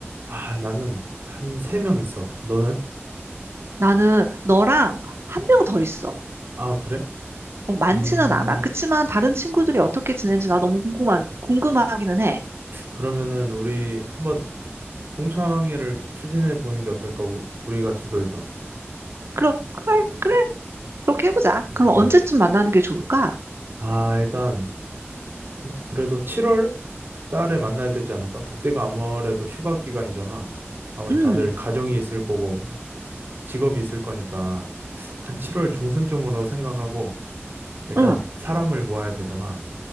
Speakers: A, on the right; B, on the right.
A: 아, 나는 한 세 명 있어. 너는?
B: 나는 너랑 한 명 더 있어.
A: 아, 그래?
B: 뭐 많지는
A: 음,
B: 않아. 그치만 다른 친구들이 어떻게 지내는지 나 너무 궁금하, 궁금하기는
A: 그래?
B: 해.
A: 그러면은 우리 한번 동창회를 추진해 보는 게 어떨까? 우- 우리가 주도해서.
B: 그럼, 그래, 그래. 그렇게 해보자.
A: 오케이.
B: 그럼 언제쯤 만나는 게 좋을까?
A: 아, 일단 그래도 7월 달에 만나야 되지 않을까? 그때가 아무래도 휴가 기간이잖아. 아무래도
B: 음,
A: 다들 가정이 있을 거고 직업이 있을 거니까 한 7월 중순쯤으로 생각하고 일단
B: 응,
A: 사람을 모아야 되잖아.